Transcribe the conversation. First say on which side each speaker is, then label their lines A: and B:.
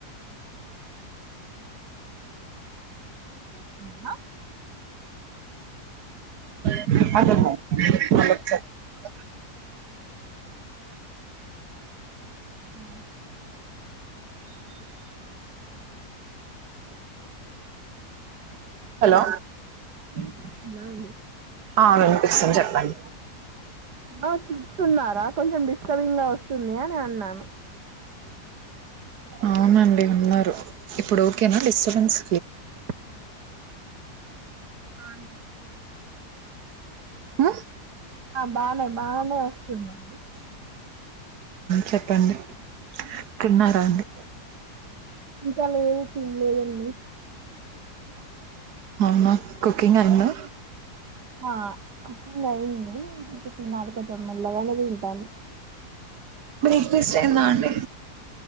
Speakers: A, on the right (about 85°); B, on the right (about 70°).
A: వినిపిస్తుందా
B: <unintelligible>
A: వినిపిస్తుందా
B: హలో
A: వినిపిస్తుందా అండి?
B: ఆ వినిపిస్తుంది చెప్పండి
A: ఆ చూస్తున్నారా కొంచెం డిస్టర్బింగ్ గా వస్తుంది అని అన్నాను
B: అవునండి ఉన్నారు ఇప్పుడు ఓకేనా డిస్టబెన్స్
A: ఆ <unintelligible>
B: ఆ
A: హా బానే బానే వస్తుందండి
B: చెప్పండి తిన్నారా అండి
A: ఇంకాలా ఏం తినలేదంీ
B: అవున కుకింగ్ అయిందా
A: ఆ కుకింగ్ అ ఇంది చిడు కొంచెం మెల్లగానే తింటాం
B: బ్రేక్ఫాస్ట్ అయిందా అండి